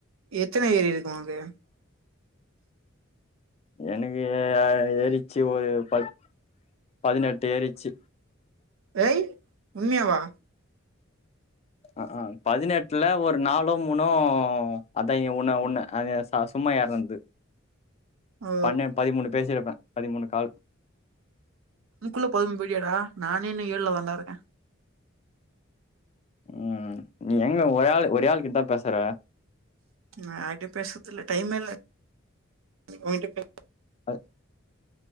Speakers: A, on the right (about 80°); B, on the left (about 30°).
A: எத்தன ஏறியிருக்கோ அது
B: எனக்கு ஏறிச்சி ஒரு பத் பதினெட்டு ஏறிச்சி
A: ஐ உண்மையா வா
B: அக் ஆ பதினெட்ல ஒரு நாலோ மூனோ அதா ஏ உன்ன உன்ன அது செ சும்மா ஏறந்து
A: ஓ
B: பண்ண பதிமூணு பேசியிருப்பே பதிமூணு கால்
A: அதுக்குள்ள பதிமூணு போயிட்டியாடா நானே இன்னோ ஏழுல தா டா இருக்க
B: ம் நீ எங்க ஒரே ஆள் ஒரே ஆள் கிட்டதா பேசற
A: நா யார்கிட்டயு பேசத்தில்ல டைம்மே இல்ல உன்கிட்ட
B: அ